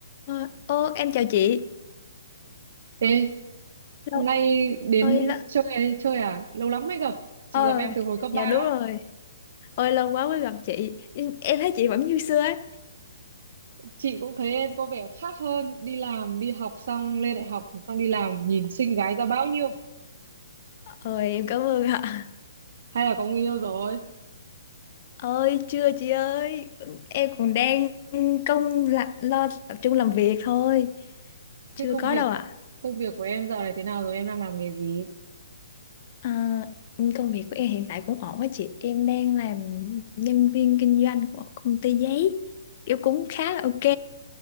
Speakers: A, on the left; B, on the right.
A: Ờ, ô, em chào chị.
B: Ê,
A: Lâu
B: hôm nay đến
A: ơi là...
B: chơi chơi à? Lâu lắm mới gặp. Chị
A: Ờ,
B: gặp em từ hồi cấp
A: dạ
B: 3 á.
A: đúng rồi. Ôi lâu quá mới gặp chị. Em em thấy chị vẫn như xưa ấy.
B: Chị cũng thấy em có vẻ khác hơn, đi làm, đi học xong lên đại học xong đi làm nhìn xinh gái ra bao nhiêu.
A: Ôi em cảm ơn ạ.
B: Hay là có người yêu rồi?
A: Ôi chưa chị ơi. Em còn đang công là, lo tập trung làm việc thôi. Chưa
B: Thế công
A: có
B: việc
A: đâu ạ.
B: công việc của em giờ này thế nào rồi? Em đang làm nghề gì?
A: À, công việc của em hiện tại cũng ổn á chị. Em đang làm nhân viên kinh doanh của công ty giấy. Kiểu cũng khá là ok.